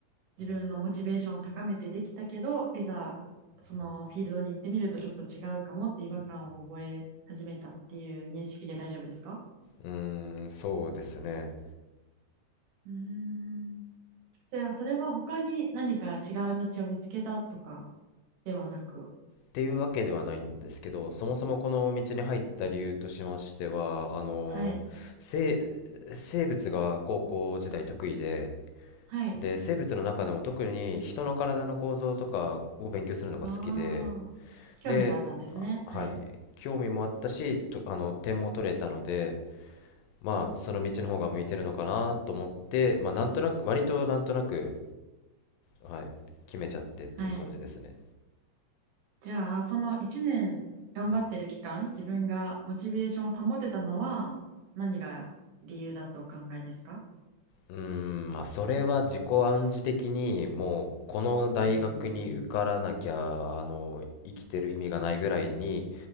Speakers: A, on the right; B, on the left.
A: 自分のモチベーションを高めてできたけどいざそのフィールドに行ってみるとちょっと違うかもって違和感を覚え始めたっていう認識で大丈夫ですか
B: うん、そうですね。
A: うーんそれはそれは他に何か違う道を見つけたとかではなく
B: っていうわけではないんですけど、そもそもこの道に入った理由としましては、あの、
A: はい
B: 生、生物が高校時代得意で、
A: はい
B: で、生物の中でも特に人の体の構造とかを勉強するのが好きで、
A: ああ、興味があったんですね。
B: で、あはい、
A: はい。
B: 興味もあったし、と、あの、点も取れたので、まあ、その道の方が向いてるのかなと思って、まあ、なんとなく、割となんとなく、はい、決めちゃってっていう感じですね。
A: はい。じゃあ、その1年頑張ってる期間、自分がモチベーションを保てたのは何が理由だとお考えですか
B: うーん、まあ、それは自己暗示的にもうこの大学に受からなきゃあの生きてる意味がないぐらいに
A: うーん。